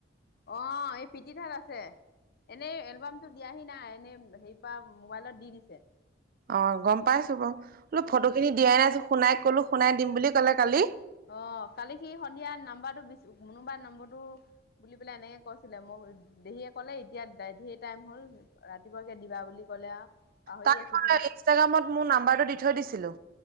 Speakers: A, on the left; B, on the right.
A: অ' এই পিতিৰ তাত আছে। এনে এলবামটো দিয়াহি নাই, এনে হেৰিপা মোবাইলত দি দিছে।
B: অ' গম পাইছোঁ বাৰু। বোলো
A: অ'।
B: ফটোখিনি দিয়াই নাই যে, শুনাইক কলো শুনাই দিম বুলি কলে কালি।
A: অ' কালি সি সন্ধিয়া নাম্বৰটো বি মোনোবাৰ নম্বৰটো বুলি পেলাই এনেকে কৈছিলে মোক দেহিয়ে কলে এতিয়া ধেৰ টাইম হ'ল ৰাতিপুৱাকে দিবা বুলি ক'লে আৰু পাহৰি
B: তাৰ
A: আছে সি
B: ইনষ্টাগ্ৰামত মোৰ নাম্বাৰটো দি থৈ দিছিলোঁ।